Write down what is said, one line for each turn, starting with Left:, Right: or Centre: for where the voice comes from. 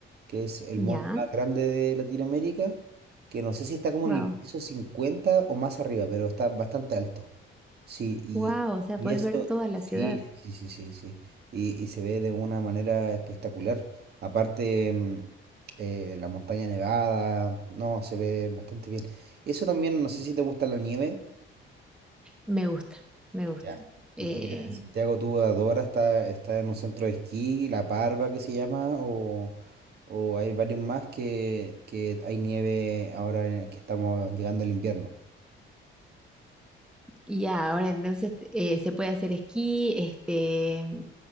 Right: que es el
Centre: Ya,
Right: mall más grande de Latinoamérica, que no sé si está como
Centre: wow,
Right: en el piso 50 o más arriba, pero está bastante alto. Sí, y,
Centre: wow, o sea,
Right: y
Centre: puedes
Right: eso,
Centre: ver toda la
Right: sí,
Centre: ciudad.
Right: sí, sí, sí, sí. sí. Y, y se ve de una manera espectacular. Aparte, mm, eh, la montaña nevada, no, se ve bastante bien. Eso también, no sé si te gusta la nieve.
Centre: Me gusta, me gusta.
Right: Ya.
Centre: Eh,
Right: Mira, en Santiago tú adoras, está, está en un centro de esquí, La Parva que se llama, o, o hay varios más que, que hay nieve ahora en- que estamos llegando al invierno.
Centre: Y ya, ahora entonces eh, se puede hacer esquí, este,